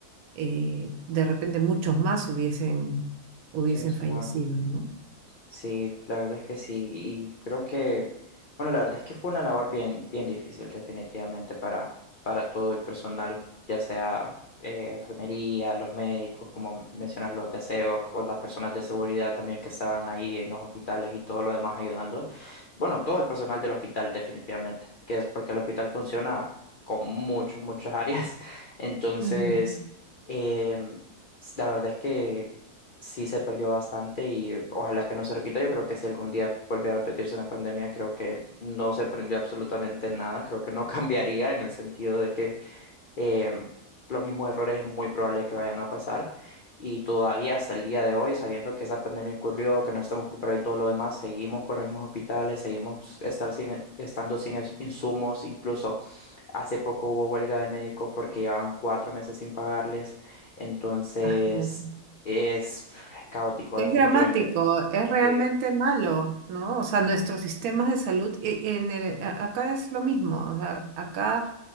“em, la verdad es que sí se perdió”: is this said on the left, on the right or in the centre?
Left